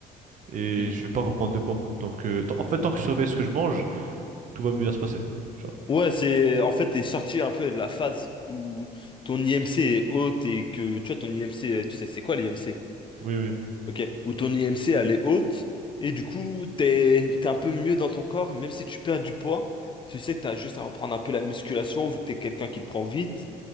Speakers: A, on the right (about 50°); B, on the left (about 30°).
A: Et
B: Mhm.
A: je vais pas reprendre de poids. Donc, euh, tant- en fait, tant que je surveille ce que je mange, tout va bien se passer, tu vois.
B: Ouais, c'est... En fait, t'es sorti un peu de la phase où ton IMC est haute et que, tu vois, ton IMC, euh, tu sais, c'est quoi l'IMC?
A: Oui, oui.
B: Ok, où ton IMC elle est haute et du coup t'es t'es un peu mieux dans ton corps, même si tu perds du poids, tu sais que t'as juste à reprendre un peu la musculation vu que t'es quelqu'un qui prend vite,